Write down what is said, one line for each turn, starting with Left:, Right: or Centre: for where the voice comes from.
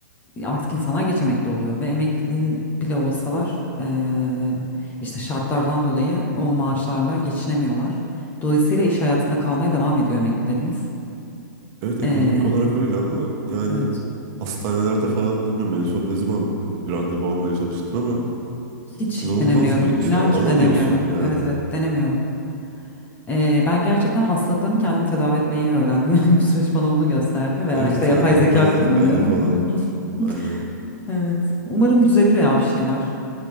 Left: artık insanlar geç emekli oluyor ve emekli bile olsalar e, işte şartlardan dolayı o maaşlarla geçinemiyorlar. Dolayısıyla iş hayatında kalmaya devam ediyor emeklilerimiz.
Right: Evet
Left: E,
Right: ekonomik olarak öyle ama yani
Left: evet,
Right: hastanelerde falan bilmiyorum en son ne zaman e, bir randevu almaya çalıştın ama
Left: hiç
Right: inanılmaz
Left: denemiyorum.
Right: bir
Left: İnan
Right: şey var.
Left: ki
Right: Alamıyorsun
Left: denemiyorum.
Right: yani.
Left: Evet evet denemiyorum. Ee, ben gerçekten hastalıklarımı kendim tedavi etmeyi öğrendim. <laughs> Yani bu süreç bana bunu gösterdi veya
Right: Evet
Left: işte yapay
Right: yani
Left: zeka
Right: yapay zeka
Left: kullanıyorum.
Right: ile falan
Left: <laughs>
Right: aynen.
Left: Evet. Umarım düzelir ya bir şeyler.